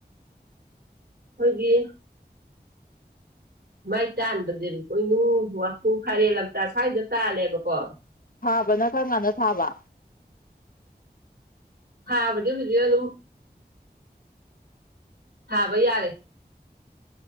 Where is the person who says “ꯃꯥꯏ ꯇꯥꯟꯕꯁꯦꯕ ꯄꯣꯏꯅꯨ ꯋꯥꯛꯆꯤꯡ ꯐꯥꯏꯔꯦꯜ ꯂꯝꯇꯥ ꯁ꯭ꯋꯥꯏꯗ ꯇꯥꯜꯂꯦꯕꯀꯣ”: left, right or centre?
Right